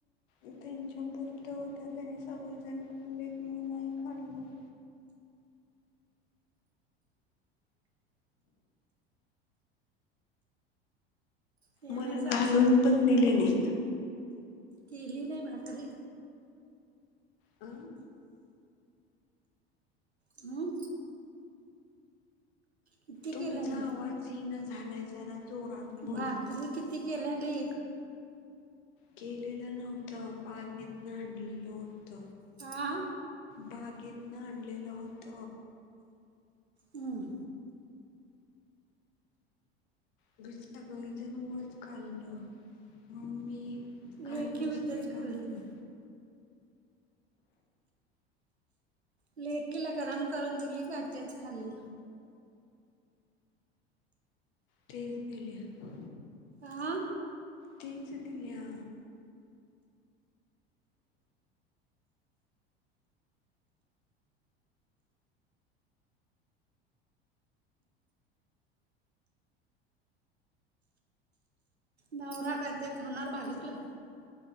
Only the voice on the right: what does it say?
ते
नाही
सासू भाक
केली नाही भाकरी.
हम्म किती
केलेली
भाकरी किती केल्याली.
आ
हम्म
लेखी बी तेच
खाल्ली का लेकीला गरम करून दिली का काय तेच खाल्ल.
हा.
नवरा काय ते खाणार बागेतलं.